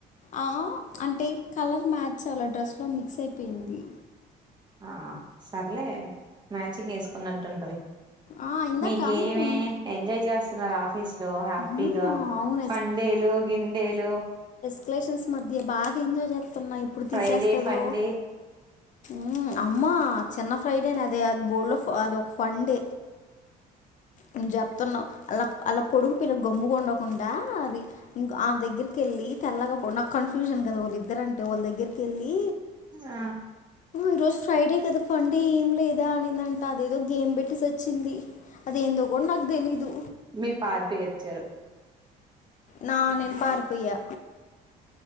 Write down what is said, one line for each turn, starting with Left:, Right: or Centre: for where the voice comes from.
Left: ఆహ్ అంటే కలర్ మ్యాచ్ అవలె డ్రెస్లో మిక్స్ అయిపోయింది
Right: ఆహ్ సర్లే మ్యాచింగ్ ఏసుకున్నట్ టు ఉంటది
Left: ఆ! ఇందాక
Right: నీక్కేమి
Left: మ్,
Right: ఎంజాయ్ జేసున్నారు అఫ్ పిస్ లో హ్యాపీగా
Left: అవును. అవును.
Right: సండేలు గిండెలు
Left: రిలేషన్స్ మధ్య బాగా ఎంజాయ్ చేస్తున్నా ఎప్పుడు
Right: ఫ్రైడే
Left: తీసేస్తాడో
Right: ఫండే
Left: మ్ అమ్మా చిన్న ఫ్రైడే నా అదే అది బోలో అదొ ఫండే నువ్ చెప్తున్నావ్ అలా అలా పొడుగు పిల్ల గొమ్ముగుండకుండా అది ఇంక్ ఆమే దగ్గరికే ళ్ళి తెల్లాగా నాకు కన్ఫ్యూషన్ కదా వాళ్ళిద్దరు అంటే వాళ్ళ దగ్గరికి వెళ్ళి
Right: ఆ
Left: ఈరోజు ఫ్రైడే కదా ఫండ్ ఏం లేదా అనిందంట అదేదో గేమ్ పెట్టటిసి సచ్చింది అదేందో కూడా నాకు తెలీదు
Right: మీరు పారిపోయొచ్చారు
Left: నా నేను పారిపోయా.